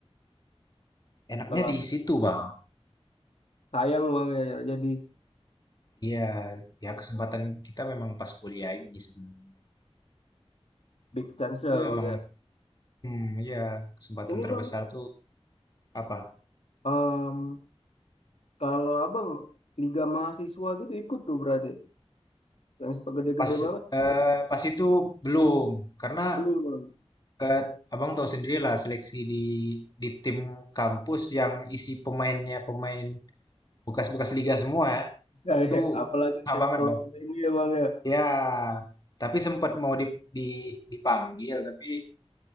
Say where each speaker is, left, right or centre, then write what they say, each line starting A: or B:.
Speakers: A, on the left (about 40°); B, on the left (about 70°).
A: Enaknya
B: Setelah
A: di situ, Bang.
B: sayang bang ya ya. jadi
A: Iya, ya kesempatan kita memang pas kuliah ini sebenarnya.
B: big chance
A: Tapi
B: ya bang
A: memang
B: ya.
A: hmm, ya kesempatan
B: Ini
A: terbesar
B: bang,
A: tuh apa?
B: em, kalau abang Liga Mahasiswa gitu ikut tuh berarti yang sepak gede-gede
A: Pas
B: banget
A: eh, pas itu belum karena
B: belum bang. <laughs>
A: eh, Abang tahu sendiri lah seleksi di di tim kampus yang isi pemainnya pemain bekas-bekas liga semua ya.
B: Ya,
A: Itu
B: ya. Apalagi
A: susah
B: ke
A: banget,
B: sekolah
A: Bang.
B: ini ya bang ya.
A: Ya, tapi sempat mau di, di- dipanggil tapi